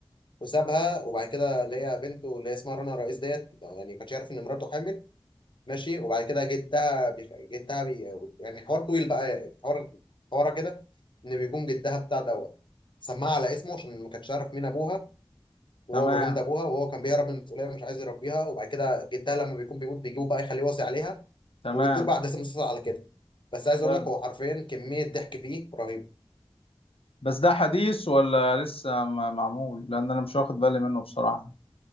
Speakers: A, on the left (about 60°); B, on the left (about 80°).
A: وسابها وبعد كده اللي هي بنته اللي هي اسمها رنا رئيس ديت يعني ما كانش يعرف ان مراته حامل ماشي وبعد كده جدها بيخ... جدها بي... يعني حوار طويل بقى حوار حوارها كده ان بيكون جدها بتاع دوت سماها على اسمه عشان ما كانش يعرف مين ابوها وهو
B: تمام
A: ابراهيم ده ابوها وهو كان بيهرب من المسؤوليه ومش عايز يربيها وبعد كده جدها لما بيكون بيموت بيجيبه بقى يخليه وصي عليها
B: تمام
A: وبتدور بقى احداث المسلسل على كده بس عايز اقول
B: حلو.
A: لك هو حرفيا كميه ضحك فيه رهيبه
B: بس ده حديث ولا لسه م- معمول لان انا مش واخد بالي منه بصراحة